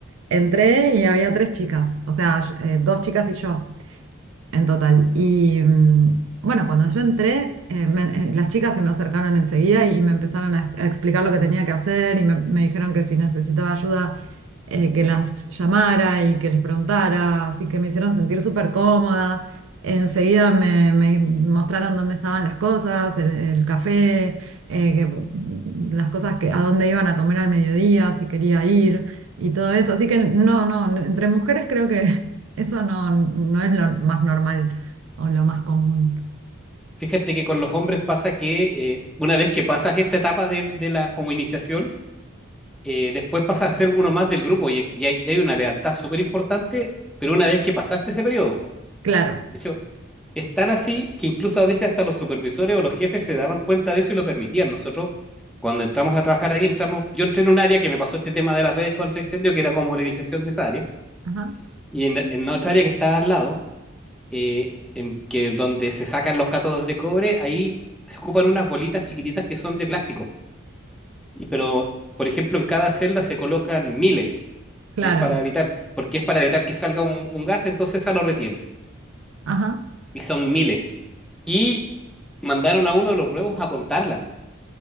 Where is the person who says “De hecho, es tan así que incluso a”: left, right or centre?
Centre